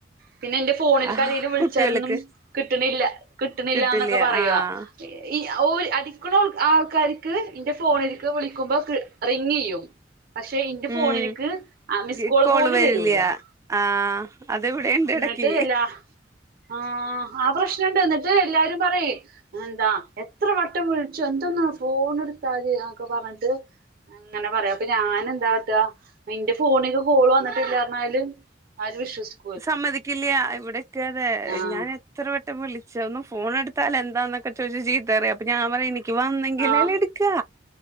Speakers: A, on the right; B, on the right.
A: പിന്നെ ന്റെ ഫോണിൽക്കാരേലും
B: ആഹ്
A: വിളിച്ചാലൊന്നും
B: കുട്ടികൾക്ക്
A: കിട്ടണില്ല കിട്ടണില്ലന്നൊക്കെ
B: കിട്ടില്ല
A: പറയുവ
B: ആഹ്
A: ഈഓ അടിക്കണ ആൾക്കാര്ക്ക് ഇന്റെ ഫോണിൽക്ക് വിളിക്കുമ്പോ റി ങ്ങെയ്യും പക്ഷെ ന്റെ
B: ഉം
A: ഫോണില്ക്ക് മിസ്കോള്
B: ഗി- കോള്
A: പോലും
B: വരില്ല
A: വരൂലആഹ്
B: ആഹ് അതിവിടെണ്ട് എടക്ക്
A: ന്ന്ട്ട് എല്ലാ- ആഹ്ആ പ്രശ്നണ്ട് ന്ന്ട്ട് എല്ലാരും പറയേ എന്താ എത്ര വട്ടം വിളിച്ചു എന്താ ഒന്നണ് ഫോണ് ട്ത്താല് നൊക്കെ പറ്ഞ്ഞിട്ട് അങ്ങനെ പറയാ അപ്പൊ ഞാനെന്താ കാട്ടാ അഹ് ന്റെ ഫോണ്ക്ക് കോള് വന്ന്ട്ടില്ലന്നറഞ്ഞാല് ആരും വിശ്വസിക്കൂല
B: സമ്മതിക്കില്ല്യ ഇവിടൊക്കെ അതെ
A: ആഹ്
B: ഞാന് എത്ര വെട്ടം വിളിച്ച് ഒന്ന് ഫോൺ എടുത്താൽ ന്താന്നൊക്ക ചോദ്യം ചെയ്യും അപ്പ ഞാൻ പപറയും എനിക്ക് വന്നെങ്കിലല്ലെ
A: ആഹ്
B: എടുക്കാ